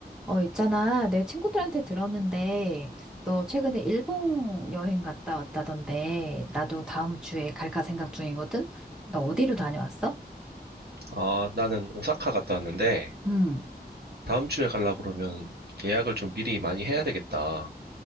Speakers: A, in the centre; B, on the right.
A: 어, 있잖아. 내 친구들한테 들었는데, 너 최근에 일본 여행 갔다 왔다던데, 나도 다음 주에 갈까 생각 중이거든? 나 어디로 다녀왔어?
B: 아, 나는 오사카 갔다 왔는데,
A: 음,
B: 다음 주에 가려고 그러면 예약을 좀 미리 많이 해야 되겠다.